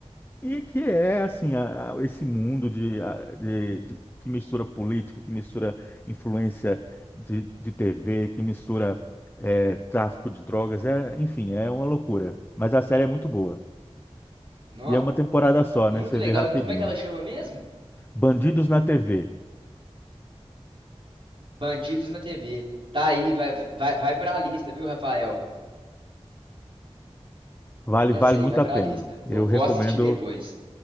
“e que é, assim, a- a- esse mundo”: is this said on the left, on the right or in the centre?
Left